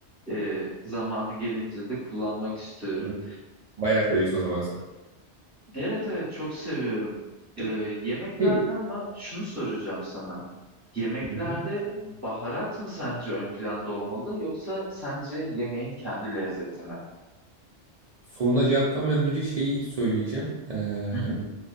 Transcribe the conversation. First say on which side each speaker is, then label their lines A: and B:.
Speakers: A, on the right (about 15°); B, on the right (about 65°).
A: e, zamanı gelince de kullanmak istiyorum.
B: Hmm. Bayağı seviyorsun o zaman sen.
A: Evet evet çok seviyorum. E, yemeklerde
B: Hey.
A: ama şunu soracağım sana. Yemeklerde
B: Hı hı.
A: baharat mı sence ön planda olmalı yoksa sence yemeğin kendi lezzeti mi?
B: Soruna cevap vermeden önce şeyi söyleyeceğim. Ee,
A: Hı hı.